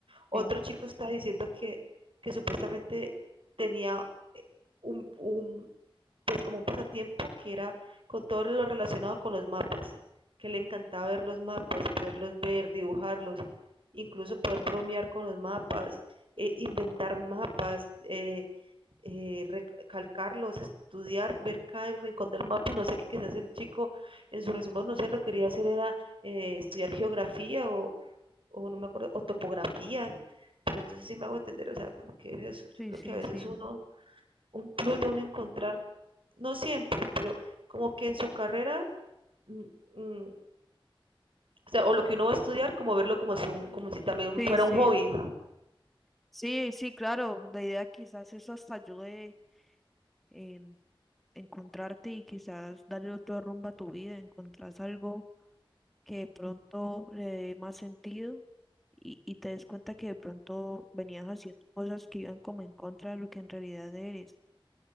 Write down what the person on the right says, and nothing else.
Otro
chico está diciendo que, que supuestamente tenía eh, un, un, pues como un pasatiempo que era con todo lo relacionado con los mapas, que le encantaba ver los mapas, poderlos ver, dibujarlos, incluso poder bromear con los mapas, eh, inventar mapas, eh, eh, recalcarlos, estudiar, ver cada rincón del mapa y no sé qué quizás el chico en su resumen, no sé, lo que quería hacer era eh, estudiar geografía o, o no me acuerdo, o topografía, pero entonces sí me hago entender, o sea, como que es eso, yo
creo
que a veces
uno, un plus de uno encontrar no siempre, pero como que en su carrera, mm, mm, o sea, o lo que uno va a estudiar, como verlo como si, un, como si también
fuera
un hobby.